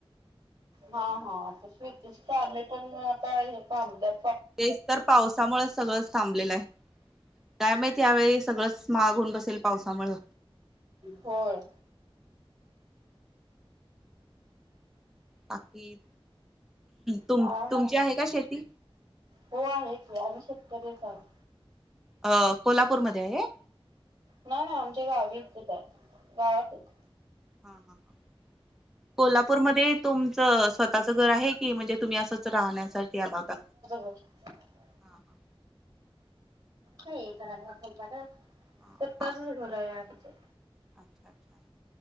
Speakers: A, on the right; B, in the centre.
A: हा हाआता शेतीची चाल्या पण आता हे थांबलयात
B: तेच तर पावसामुळे सगळंच थांबलेला आहे कायमत त्यावेळी सगळंच महाग होऊून बसेल. पावसामुळं.
A: होय.
B: बाकी तुम
A: काय माहित
B: तुमची आहे का शेती?
A: हो आहे की आम्ही शेतकरीच आहोत.
B: अ कोल्हापूरमध्ये आहे.
A: ना ना आमच्या गावीचच आहे गावातच
B: हां हां हां कोल्हापूरमध्येध्ये तुमचं स्वतःचं घर आहे की म्हणजे तुम्ही असंच राहण्यासाठी आला होता.
A: अच्छा
B: हा हा
A: नाही इतर आल्यावर कपाट
B: हा.
A: स्वतःचं
B: हा
A: घर आहे आमचे
B: अच्छा अच्छा.